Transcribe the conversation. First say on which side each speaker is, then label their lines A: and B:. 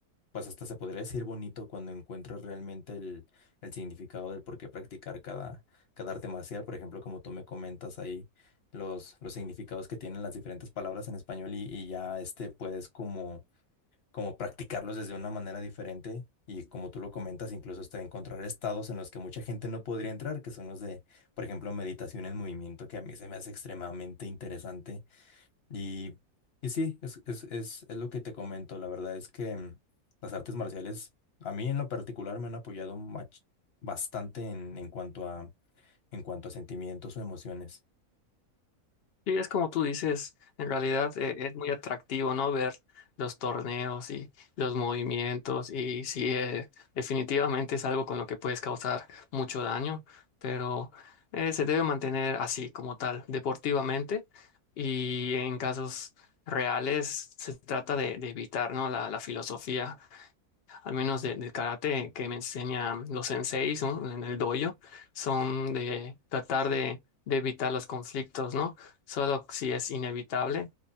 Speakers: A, on the left; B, on the left.
A: pues hasta se podría decir bonito cuando encuentras realmente el, el significado del por qué practicar cada, cada arte marcial. Por ejemplo, como tú me comentas ahí, los, los significados que tienen las diferentes palabras en español y, y ya este puedes como, como practicarlos desde una manera diferente. Y como tú lo comentas, incluso hasta encontrar estados en los que mucha gente no podría entrar, que son los de, por ejemplo, meditación en movimiento, que a mí se me hace extremadamente interesante y, y sí, es, es, es, es lo que te comento. La verdad es que mm, las artes marciales, a mí en lo particular, me han apoyado mach- bastante en, en cuanto a, en cuanto a sentimientos o emociones.
B: Y es como tú dices, en realidad eh, es muy atractivo, ¿no? Ver los torneos y los movimientos y sí, eh, definitivamente es algo con lo que puedes causar mucho daño, pero eh, se debe mantener así como tal, deportivamente y en casos reales se trata de, de evitar, ¿no? La, la filosofía al menos de, del karate que me enseñan los senseis, ¿no? En el dojo, son de tratar de, de evitar los conflictos, ¿no? Solo si es inevitable,